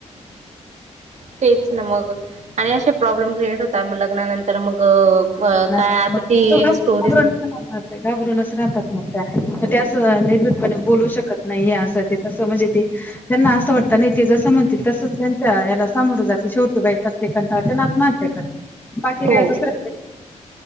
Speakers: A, on the right (about 65°); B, on the left (about 15°).
A: तेच ना मग आणि असे प्रॉब्लेम क्रिएट होतात मग लग्नानंतर मग मग
B: ना
A: काय आता
B: मग
A: ती
B: तो घाब
A: एक स्टोरी
B: घाबरूनच घाबरूनच राहतात मग त्या, मग त्या अस निर्भीडपणे बोलू शकत नाही असं ते तंस म्हणजे ते त्यांना असं वाटत नाही ते जसं म्हणतील तसंच त्यांच्या याला सामोरं जायचं शेवटी वैताग ते कंटाळते अन आत्महत्या करते, बाकी
A: हो
B: काय दुसर